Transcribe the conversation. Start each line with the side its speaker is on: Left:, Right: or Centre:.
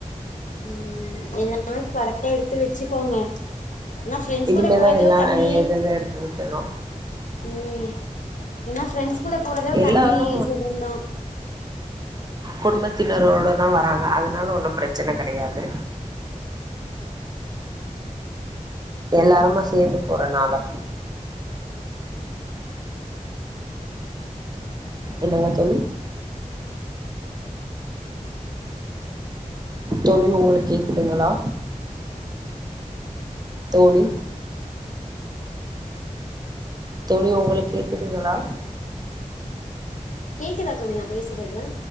Left: ம் எல்லாமே கரெக்டா எடுத்து வெச்சுக்கோங்க ஏனா ப்ஃரெண்ட்ஸ்
Right: இனிமேதா
Left: கூட போரதே
Right: எல்லா
Left: தனி
Right: எத எத எடுத்து வைக்கணு
Left: ம் ஏனா ப்ஃரெண்ட்ஸ் கூட போறதே ஒரு
Right: எல்லாரு
Left: தனி சுகந்தா
Right: குடும்பத்தினரோடதா வராங்க அதனால ஒன்னு பிரச்சன கடையாது எல்லாருமா சேந்து போறனால என்னவா தோழி தோழி உங்ளுக்கு கேக்குதுங்களா தோழி தோழி உங்களுக்கு கேக்குதுங்களா
Left: கேக்குதா தோழி நா பேசுறது